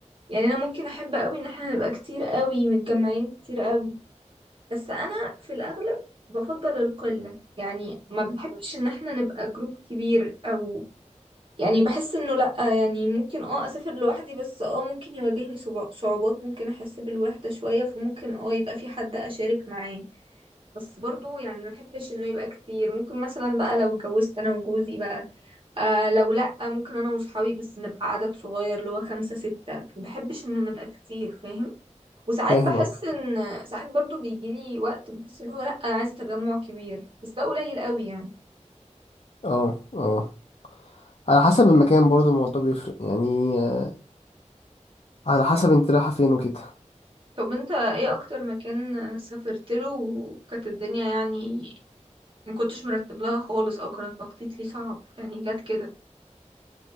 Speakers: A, on the right (about 45°); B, on the left (about 60°).
A: يعني انا ممكن احب قوي ان احنا نبقى كتير قوي متجمعين كتير قوي بس انا في الاغلب بفضل القلة يعني ما بحبش ان احنا نبقى جروب كبير او يعني بحس انه لا يعني ممكن اه اسافر لوحدي بس اه ممكن يواجهني صعوب- صعوبات ممكن احس بالوحدة شوية فممكن اه يبقى في حد اشارك معاه بس برضو يعني ما بحبش انه يبقى كتير ممكن مثلا بقى لو اتجوزت انا وجوزي بقى آه لو لا ممكن انا وصحابي بس نبقى عدد صغير اللي هو خمسة ستة ما بحبش ان نبقى كتير فاهم وساعات
B: فاهم
A: بحس
B: اهو
A: ان ساعات برضو بيجيلي وقت بحس ان هو لا انا عايزه تجمع كبير بس ده قليل قوي يعني
B: اه اه على حسب المكان برضه الموضوع بيفرق يعني آه، على حسب انت رايحه فين وكده
A: طب انت ايه اكتر مكان سافرت له وكانت الدنيا يعني ما كنتش مرتب لها خالص او كانت تخطيط ليه صعب يعني جت كده